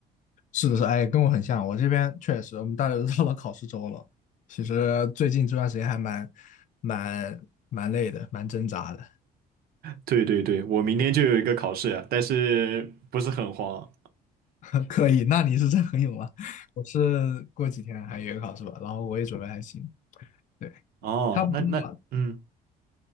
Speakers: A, on the left (about 50°); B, on the right (about 65°).
A: 是的是，哎，跟我很像，我这边确实，我们大家都到了考试周了，其实最近这段时间还蛮蛮蛮累的，蛮挣扎的。
B: 对对对，我明天就有一个考试，但是不是很慌。
A: <laughs> 可以，那你是真很勇啊，我是过几天还有一个考试吧，然后我也准备还行，对，
B: 哦，
A: 差不多吧，
B: 那那嗯，